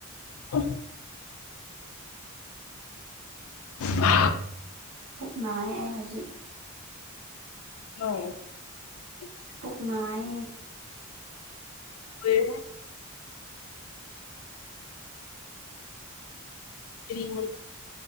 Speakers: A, on the left (about 70°); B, on the right (about 75°).
A: ꯑ ꯑ
B: ꯄꯨꯛꯅ ꯑꯩ ꯍꯧꯖꯤꯛ
A: ꯑ
B: ꯄꯨꯛꯅꯥꯏ
A: ꯀꯔ ꯁꯤꯔꯤꯉꯣ